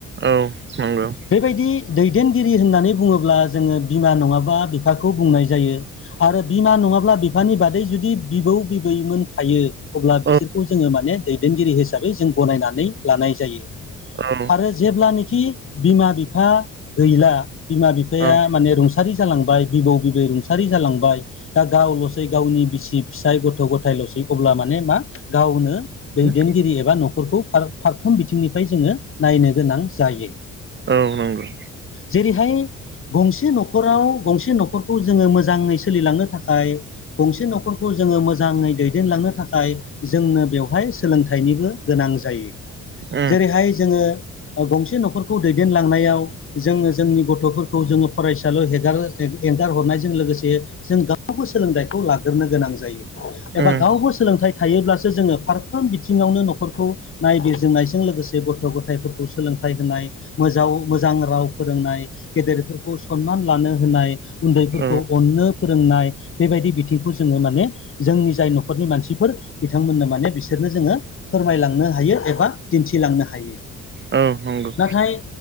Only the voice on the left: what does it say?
बेबायदि दैदेन रि होननानै बुङोब्ला जोङो बिमा नङाबा बिफाखौ बुंनाय जायो आरो बिमा नङाब्ला। बिफानि बादै जुदि बिबौ बिबैमोन थायो अब्ला बिसोरखौ
जोङो माने दैदेनगिरि हिसाबै जों गनायनानै लानाय जायो। आरो
जेब्लानोाखि बिमा बिफा गैला बिमा बिफाया
माने रुंसारि जालांबाय। बिबौ बिबै रुंसारि जालांबाय दा गावलसै गावनि बिसि फिसाय गथ गथायलसै अब्ला माने मा गावनो दैदेनगिरि
एबा नखर। खौ फारफ्रोम बिथिंनिफ्राय जोङो नायनो गोनां जायो।
जेरैहाय गंसे नखराव गंसे नखरखौ जोङो मोजाङै सोलिलांनो थाखाय गंसे नखरखौ खौ जोङो मोजाङै दैदेनलांनो थाखाय जोंनो बेवहाय सोलोंथाइनिबो गोनां जायो।
जेरैहाय जोङो गंसे नखरखौ दैदेनलांनायाव जोङो जोंनि गथफोरखौ जोङो फरायसालयाव हेगार एंगार हरनायजों लोगोसे जों गाव गबो सोलोंथाइखौ लाग्रोनो गोनां जायो। एबा
गावबो सोलोंथाइ थायोब्लासो जोङो फारफ्राम बिथिङावनो नखरखौ नायबिजिरनायजों लोगोसे गथ' गथायफोरखौ। सोलोंथाइ होनाय मोज मोजां राव फोरोंनाय गेदेरफोरखौ सनमान लानो होनाय। उन्दैफोरखौ
अननो। फोरोंनाय बेबायदि बिथिंखौ जोङो माने जोंनि जाय न'खरनि मानसिफोर बिथांमोननो माने बिसोर नो जोङो फोरमायलांनो हायो एबा दिन्थिलांनो हायो।
नाथाय